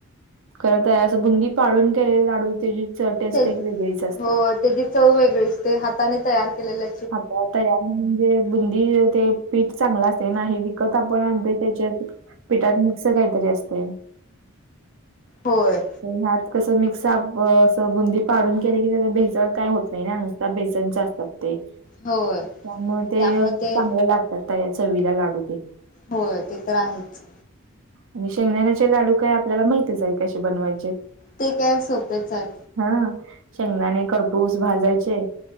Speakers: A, on the right; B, on the left.
A: खर तयार आहे असं बुंदी पाडून केलेली लाडू त्याची च टेस्ट
B: त्या
A: एक वेगळीच असते.
B: हो त्याची चव वेगळीच, ते हाताने तयार केलेलं
A: आता तयार म्हणजे बुंदी ते पीठ चांगलं असतंय ना, हे विकत आपण आणतो त्याच्यात पीठात असं काहीतरी असतय.
B: होय.
A: ते ह्यात कसं, मिक्स आप ब असं बुंदी पाडून केले की, त्याच्यात भेसळ काय होत नाही ना, नुसत्या बेसनच्या असतात ते.
B: होय
A: त्यामुळे ते
B: त्यामुळे ते
A: चांगले लागतात, त्या चवीला लाडू ते.
B: होय, ते तर आहेच.
A: आणि शेंगदाण्याचे लाडू काय आपल्याला माहितच आहे, कशे बनवायचे.
B: ते काय सोपेच आहेत.
A: हा. शेंगदाणे खरपूस भाजायचे